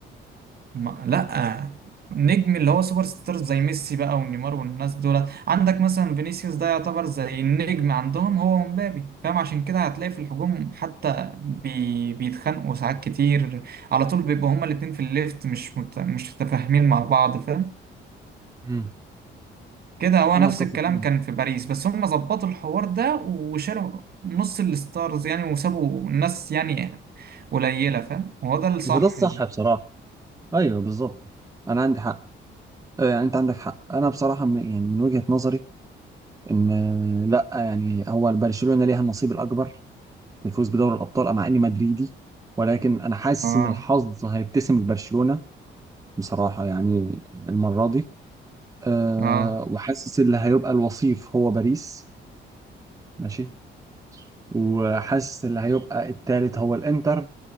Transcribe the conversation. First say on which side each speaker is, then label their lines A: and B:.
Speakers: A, on the right (about 50°); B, on the right (about 15°).
A: ما لا نجم اللي هو سوبر ستارز زي ميسي بقى ونيمار والناس دولت عندك مثلا فينيسيوس ده يعتبر زي النجم عندهم هو ومبابي فاهم عشان كده هتلاقي في الهجوم حتى بي بيتخانقوا ساعات كتير على طول بيبقوا هما الاتنين في الليفت مش مت... مش متفاهمين مع بعض فاهم
B: مم.
A: كده هو
B: انا
A: نفس
B: اتفق
A: الكلام
B: معاك.
A: كان في باريس بس هما ظبطوا الحوار ده وشالوا نص الستارز يعني وسابوا الناس يعني قليلة فاهم وهو ده الصح
B: وده الصح
A: يعني
B: بصراحه ايوه بالظبط انا عندي حق آه، يعني انت عندك حق انا بصراحه م- يعني من وجهه نظري ان آه، لا يعني هو برشلونه ليها النصيب الاكبر في الفوز بدوري الابطال مع اني مدريدي ولكن انا حاسس
A: اه
B: ان الحظ هيبتسم لبرشلونه بصراحه يعني المره دي أه
A: اه
B: وحاسس اللي هيبقى الوصيف هو باريس ماشي وحاسس اللي هيبقى الثالث هو الانتر